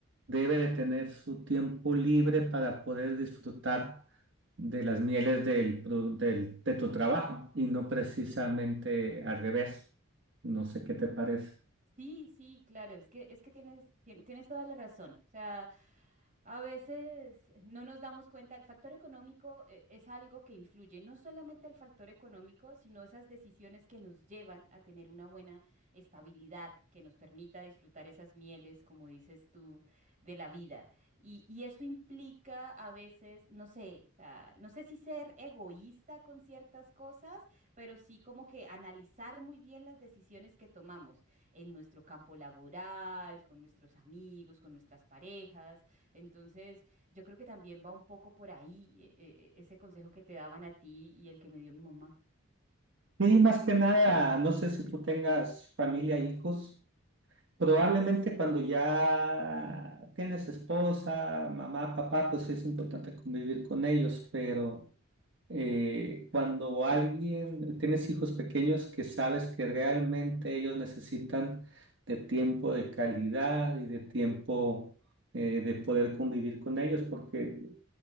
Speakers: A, on the right (about 55°); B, on the right (about 35°).
A: debe de tener su tiempo libre para poder disfrutar de las mieles del, pro- del- de tu trabajo y no precisamente al revés. No sé qué te parece.
B: Sí, sí, claro, es que, es que tienes, tien- tienes toda la razón, o sea... A veces no nos damos cuenta, el factor económico eh, es algo que influye, no solamente el factor económico, sino esas decisiones que nos llevan a tener una buena estabilidad, que nos permita disfrutar esas mieles, como dices tú, de la vida. Y, y eso implica a veces, no sé, o sea, no sé si ser egoísta con ciertas cosas, pero sí como que analizar muy bien las decisiones que tomamos en nuestro campo laboral, con nuestros amigos, con nuestras parejas entonces, yo creo que también va un poco por ahí eh, eh, ese consejo que te daban a ti y el que me dio mi mamá.
A: Y más que nada, no sé si tú tengas familia, hijos. Probablemente cuando ya tienes esposa, mamá, papá, pues sí es importante convivir con ellos, pero... eh, cuando alguien tienes hijos pequeños que sabes que realmente ellos necesitan de tiempo de calidad y de tiempo eh, de poder convivir con ellos, porque